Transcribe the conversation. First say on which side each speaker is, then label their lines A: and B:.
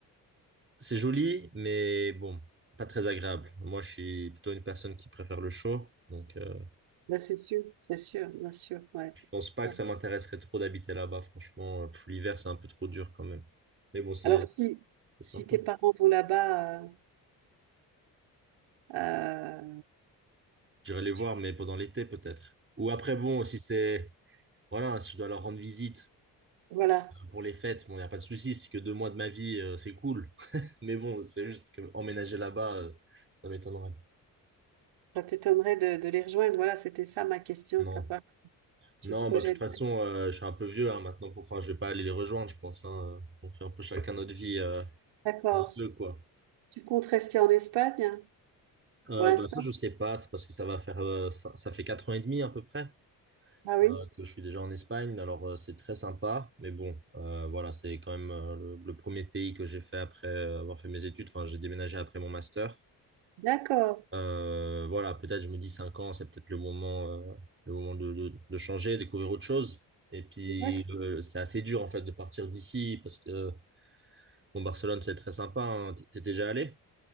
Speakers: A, on the right (about 25°); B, on the right (about 75°).
A: C'est joli, mais bon, pas très agréable. Moi, je suis plutôt une personne qui préfère le chaud. Donc, euh,
B: Là, c'est sûr, c'est sûr, bien sûr, ouais.
A: je pense pas
B: Ouais.
A: que ça m'intéresserait trop d'habiter là-bas. Franchement, euh, pff, l'hiver, c'est un peu trop dur quand même. Mais bon, c'est
B: Alors, si,
A: c'est
B: si
A: sympa.
B: tes parents vont là-bas, euh, euh,
A: J'irai les voir,
B: tu-
A: mais pendant l'été, peut-être. Ou après, bon, si c'est. Voilà, si je dois leur rendre visite
B: voilà,
A: pour les fêtes, bon, il n'y a pas de souci. Si C'est que deux mois de ma vie, euh, c'est cool. <laughs> Mais bon, c'est juste que emménager là-bas, euh, ça m'étonnerait.
B: ça t'étonnerait de, de les rejoindre. Voilà, c'était ça ma question,
A: Non.
B: savoir si tu
A: Non,
B: projettes.
A: bah, de toute façon, euh, je suis un peu vieux hein, maintenant. Pour... Enfin, je vais pas aller les rejoindre, je pense. hein. On fait un peu chacun notre vie. euh,
B: D'accord.
A: On veut quoi.
B: Tu comptes rester en Espagne?
A: Euh,
B: Pour l'instant?
A: bah, ça, je sais pas, c'est parce que ça va faire, euh, ça, ça fait quatre ans et demi à peu près
B: Ah oui?
A: euh, que je suis déjà en Espagne. Alors, euh, c'est très sympa, mais bon, euh, voilà, c'est quand même euh, le, le premier pays que j'ai fait après euh, avoir fait mes études. Enfin, j'ai déménagé après mon master.
B: D'accord.
A: Euh, voilà, peut-être je me dis 5 ans, c'est peut-être le moment, euh, le moment de, de, de changer, découvrir autre chose. Et puis
B: D'accord.
A: euh, c'est assez dur en fait de partir d'ici parce que bon, Barcelone c'est très sympa. hein. T'es t'es déjà allé?